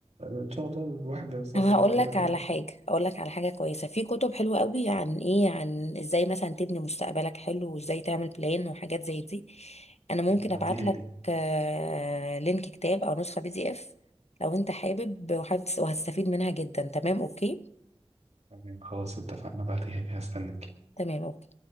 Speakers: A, on the right; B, on the left.
A: ان شاء الله الواحد ما يوصلش
B: طب <laughs> هقول
A: للدرجة
B: لك على
A: دي
B: حاجه اقول لك على حاجه كويسه في كتب حلوه قوي عن ايه عن ازاي مثلا تبني مستقبلك حلو وازاي تعمل بلان وحاجات زي دي انا ممكن
A: طب ابعتيها
B: ابعت لك
A: لي
B: آه، لينك كتاب او نسخه بي دي اف لو انت حابب وحابب وهتستفيد منها جدا تمام اوكي
A: تمام خلاص اتفقنا ابعتيها لي هستنك
B: تمام اوكي